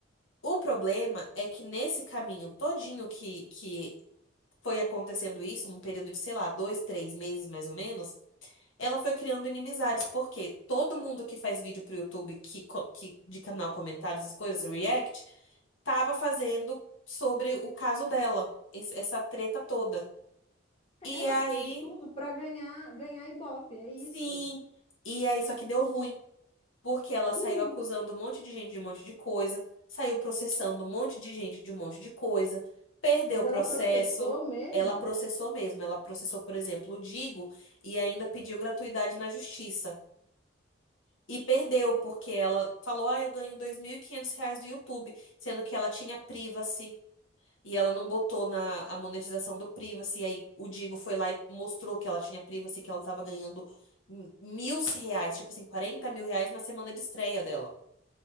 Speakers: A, on the left (about 85°); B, on the left (about 30°).
A: O problema é que nesse caminho todinho que, que foi acontecendo isso, num período de, sei lá, dois, três meses mais ou menos, ela foi criando inimizades, porque todo mundo que faz vídeo pro YouTube que, co- que, de canal comentários, as coisas, react, tava fazendo sobre o caso dela, esse- essa treta toda. E
B: Ela
A: aí,
B: fez tudo para ganhar ganhar Ibope, é isso.
A: sim. E aí, só que deu ruim, porque ela saiu
B: Ih,
A: acusando um monte de gente de um monte de coisa, saiu processando um monte de gente de um monte de coisa, perdeu
B: mas
A: o
B: ela
A: processo.
B: processou mesmo?
A: Ela processou mesmo, ela processou, por exemplo, o Digo e ainda pediu gratuidade na justiça. E perdeu, porque ela falou: Ah, eu ganho 2.500 reais do YouTube, sendo que ela tinha privacy. E ela não botou na a monetização do Privacy. Aí o Digo foi lá e mostrou que ela tinha Privacy, que ela tava ganhando m- mil reais, tipo assim, quarenta mil reais na semana de estreia dela.